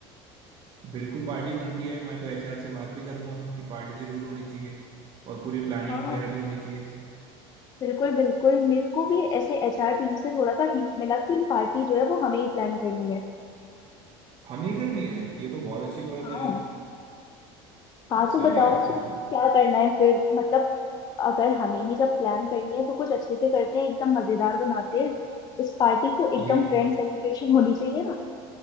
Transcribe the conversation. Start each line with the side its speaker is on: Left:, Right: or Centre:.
Right: बिल्कुल पार्टी बनती है मैं तो एचआर से बात भी करूंगा कि पार्टी जरूर होनी चाहिए और पूरी प्लानिंग
Left: हाँ
Right: वगैरह भी होनी चाहिए इससे
Left: बिल्कुल बिल्कुल मेरे को भी ऐसे एचआर टीम से थोड़ा सा हिंट मिला कि पार्टी जो है वो हमें ही प्लान करनी है
Right: हमें ही करनी है ये तो बहुत अच्छी बात
Left: हाँ
Right: है यार
Left: हाँ तो
Right: सही
Left: बताओ
Right: है तो
Left: फिर क्या
Right: फिर
Left: करना है फिर मतलब अगर हमें ही जब प्लान करनी है तो कुछ अच्छे से करते हैं एकदम मजेदार बनाते हैं इस पार्टी को एकदम
Right: ये
Left: ग्रैंड सेलिब्रेशन होनी चाहिए